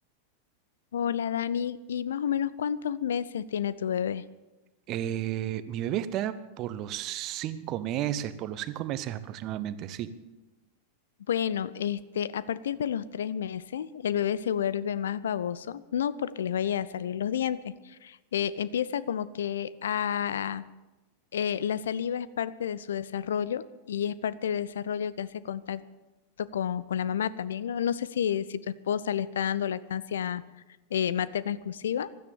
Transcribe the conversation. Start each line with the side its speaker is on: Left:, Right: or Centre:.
Left: Hola Dani, ¿y más o menos cuántos meses tiene tu bebé?
Right: Eh, mi bebé está por los cinco meses, por los cinco meses aproximadamente, sí.
Left: Bueno, este, a partir de los tres meses, el bebé se vuelve más baboso, no porque les vaya a salir los dientes. eh, empieza como que a, eh, la saliva es parte de su desarrollo y es parte del desarrollo que hace contacto con, con la mamá también. No, no sé si, si tu esposa le está dando lactancia eh, materna exclusiva